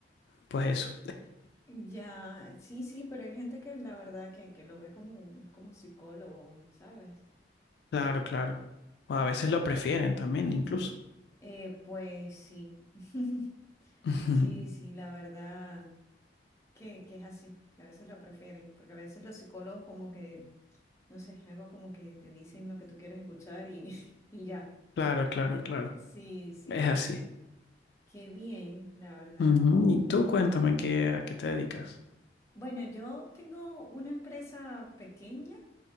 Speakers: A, on the left; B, on the left.
A: pues eso.
B: Ya, sí, sí, pero hay gente que la verdad que, que lo ve como más como psicólogo, ¿sabes?
A: Claro, claro. O a veces lo prefieren también, incluso.
B: Eh, pues sí. <laughs>
A: <laughs>
B: Sí,
A: Ujú.
B: sí, la verdad que, que es así, que a veces lo prefieren, porque a veces los psicólogos como que, no sé, algo como que te dicen lo que tú quieres escuchar y, <laughs> y ya.
A: Claro, claro, claro.
B: Sí, sí,
A: Es así.
B: qué bien, la verdad.
A: Ujú. Y tú cuéntame qué, a qué te dedicas.
B: Bueno, yo tengo una empresa pequeña,